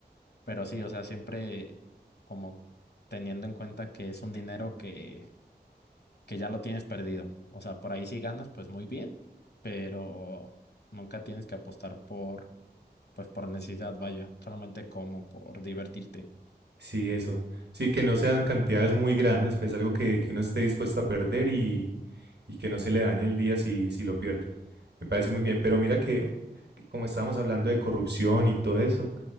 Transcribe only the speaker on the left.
Pero sí, o sea, siempre como teniendo en cuenta que es un dinero que, que ya lo tienes perdido. O sea, por ahí si ganas, pues muy bien, pero nunca tienes que apostar por, pues por necesidad, vaya, solamente como por divertirte.